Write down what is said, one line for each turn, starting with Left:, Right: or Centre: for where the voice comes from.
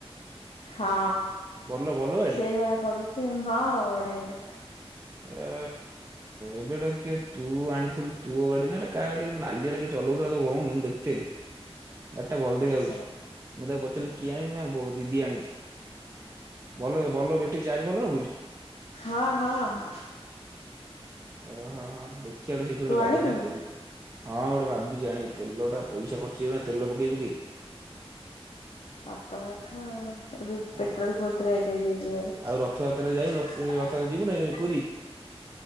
Left: ହଁ
Right: ଭଲ ଭଲ ଗାଡି।
Left: ସେଇଭଳିଆ ପଢୁଛି ହଁ ପଢେଇବ।
Right: ଏ ଏବେ ଟା କିଏ ତୁ ଆଣିଥିଲୁ ତୋ ଗାଡି ନା ଏଟା କାହା ଗାଡି? ନାଲିଆଟା କିଏ ଚଲଉଥିଲା ତୋ ଭଉଣୀ ମୁଁ ଦେଖିଥିଲି। ଗାଡିଟା ଭଲ ଦେଖାଯାଉଛି
Left: ଆଚ୍ଛା।
Right: ମୁଁ ତାକୁ ପଚାରିଲି କିଏ ଆଣିଛି ନା ବୋ ଦିଦି ଆଣିଛି। ଭଲ ଭଲ ବେଟରି ଚାର୍ଜ ଭଲ ରଖୁଛି।
Left: ହଁ ହଁ।
Right: ଓହୋ ହୋ ଦେଖିବା ଗୋଟେ ସେଇଥିରୁ
Left: ତୁ
Right: ଗୋଟେ ଗାଡି
Left: ଆଣିବୁ?
Right: ନା ତେଲ ହଁ ଗୋଟେ ଭାବୁଛି ଆଣି ତେଲଟା ପୋଇସା ଖର୍ଚ ହେବ ନାଣି ତେଲ ପକେଇ-ପକେଇ।
Left: ଆତ କଥା ଆଉ। ଏବେ
Right: ଆ
Left: ପେଟ୍ରୋଲ ବହୁତ୍ ରେଟ ହେଇଯାଇଥିବ ବୋଧେ?
Right: ଆଉ ରଥଯାତ୍ରାରେ ଯାଇନୁ ରଥ ରଥଯାତ୍ରା ଯିବୁ ନା ଏ ପୁରୀ?